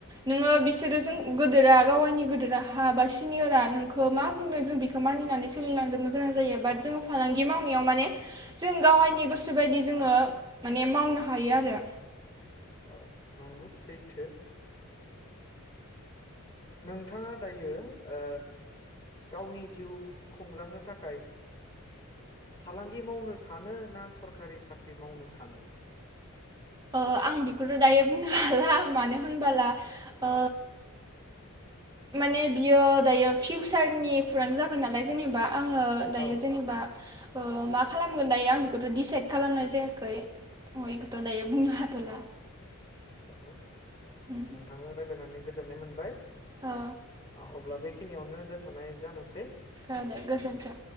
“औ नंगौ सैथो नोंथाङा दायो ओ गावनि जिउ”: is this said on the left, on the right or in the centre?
Left